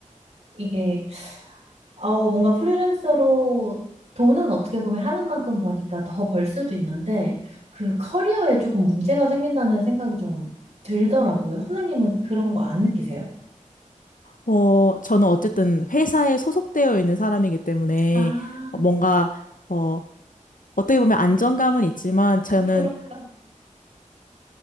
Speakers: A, on the right (about 55°); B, on the left (about 85°).
A: 이게, 어, 뭔가 프리랜서로 돈은 어떻게 보면 하는 만큼 버니까 더 벌 수도 있는데, 그 커리어에 조금 문제가 생긴다는 생각이 좀 들더라고요. 선생님은 그런 거 안 느끼세요?
B: 어, 저는 어쨌든 회사에 소속되어 있는 사람이기 때문에
A: 아,
B: 뭔가, 어, 어떻게 보면 안정감은 있지만 저는
A: 부럽다.